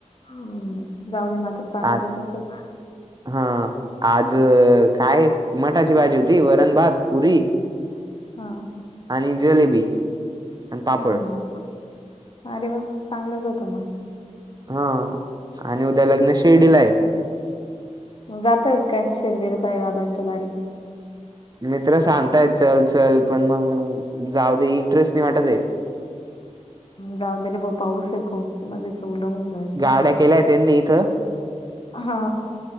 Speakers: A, on the left; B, on the right.
A: हं, जाऊ दे मग चालू
B: आ
A: दे तसच
B: हा आज काय मठाची भाजी होती वरण भात पुरी
A: हा
B: आणि जलेबी आणि पापड
A: हम्म अरे वा चांगलंच होतं मग
B: हा आणि उद्या लग्न शिर्डीला आहे
A: जातोय काय शिर्डीला साईबाबांच्या दारी
B: मित्र सांगतायेत चल चल पण मग जाऊ दे इंटरेस्ट नाही वाटत आहे
A: जाऊदे रे भाऊ पाऊस खूप आधीच ओल, होऊन
B: गाड्या केल्याय त्यांनी इथं
A: हा